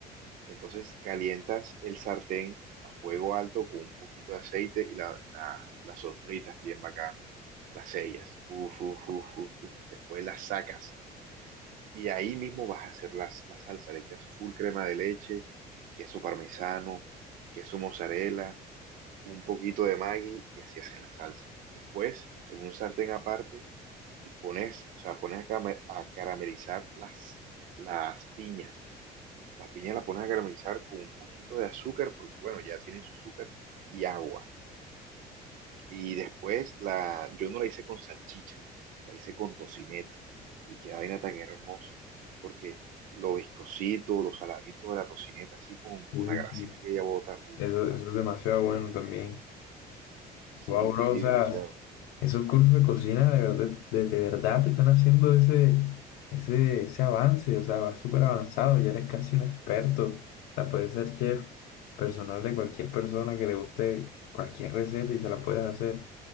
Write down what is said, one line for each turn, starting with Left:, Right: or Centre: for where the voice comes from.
Right: Entonces calientas el sartén a fuego alto con un poquito de aceite y la, la, la sofritas bien bacán, las sellas, uf, uf, uf, uf, uf. Después las sacas y ahí mismo vas a hacer las, la salsa, le echas full crema de leche, queso parmesano, queso mozzarella, un poquito de Maggi y así haces la salsa. Después, en un sartén aparte, y pones, o sea, pones a, came- a caramelizar las, las piñas la piña la pones a caramelizar con un poquito de azúcar, porque bueno, ya tiene su azúcar y agua. Y después la, yo no la hice con salchicha, la hice con tocineta. Y qué vaina tan hermosa, porque lo viscosito, lo saladito de la tocineta, así con, con
Left: Sí,
Right: la grasita
Left: sí.
Right: que ella bota, uff,
Left: Eso,
Right: uff.
Left: eso es demasiado bueno también.
Right: Sí,
Left: Wow,
Right: sí,
Left: bro, o sea,
Right: demasiado.
Left: esos cursos de cocina de verdad, de, de verdad te están haciendo ese, ese, ese avance, o sea, vas súper avanzado, ya eres casi un experto, o sea, puedes ser chef personal de cualquier persona que le guste cualquier receta y se la puedes hacer,